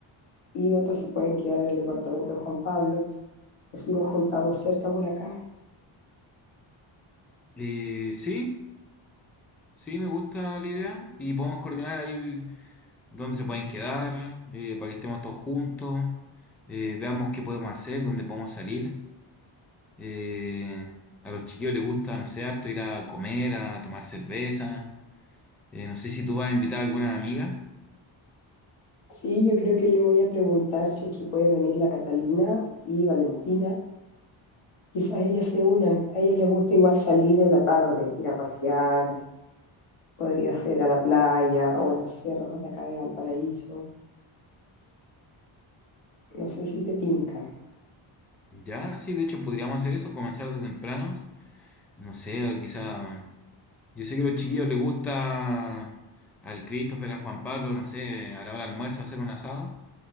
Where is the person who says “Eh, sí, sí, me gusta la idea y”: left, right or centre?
Centre